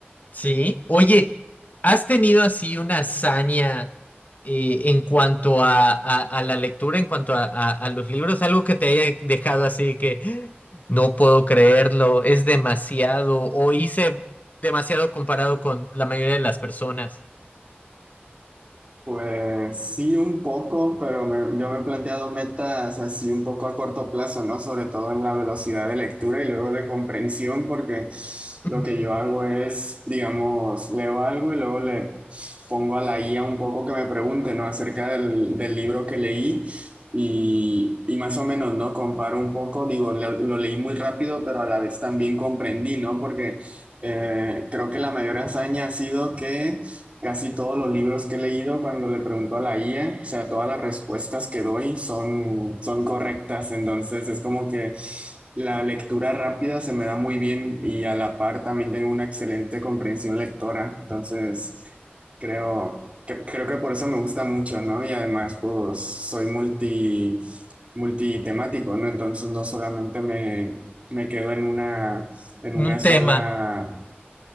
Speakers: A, on the left; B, on the right.
A: ¿Sí? Oye, ¿has tenido así una hazaña eh, en cuanto a, a- a la lectura, en cuanto a, a- a los libros? Algo que te haya dejado así que no puedo creerlo, es demasiado, o hice demasiado comparado con la mayoría de las personas.
B: Pues sí, un poco, pero me- yo me he planteado metas así un poco a corto plazo, ¿no? Sobre todo en la velocidad de lectura y luego de comprensión, porque
A: <laughs>
B: lo
A: Ujú.
B: que yo hago es, digamos, leo algo y luego le pongo a la guía un poco que me pregunte, ¿no? Acerca del, del libro que leí y, y más o menos, ¿no? Comparo un poco, digo, lo, lo leí muy rápido, pero a la vez también comprendí, ¿no? Porque eh, creo que la mayor hazaña ha sido que... Casi todos los libros que he leído, cuando le pregunto a la IA, o sea, todas las respuestas que doy son, son correctas. Entonces es como que la lectura rápida se me da muy bien y a la par también tengo una excelente comprensión lectora. Entonces creo, cre- creo que por eso me gusta mucho, ¿no? Y además, pues soy multi, multitemático, ¿no? Entonces no solamente me, me quedo en una, en
A: Un
B: una sola
A: tema.